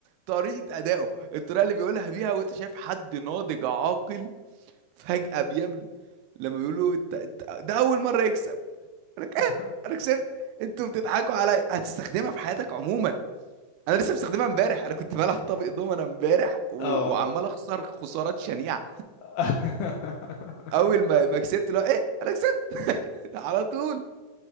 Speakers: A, on the right (about 80°); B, on the left (about 80°).
A: طريقه ادائه الطريقه اللي بيقولها بيها وانت شايف حد ناضج عاقل فجاه بيعمل لما بيقولوا انت انت ده اول مره يكسب انا ك-
B: <laughs>
A: ايه انا كسبت انتوا بتضحكوا عليا هتستخدمها في حياتك عموما انا لسه مستخدمها امبارح انا كنت بلعب طابق دومنا امبارح و...
B: اه
A: وعمال اخسر خسارات شنيعه
B: <laughs>
A: اول ما ما كسبت لا ايه انا كسبت <laughs> على طول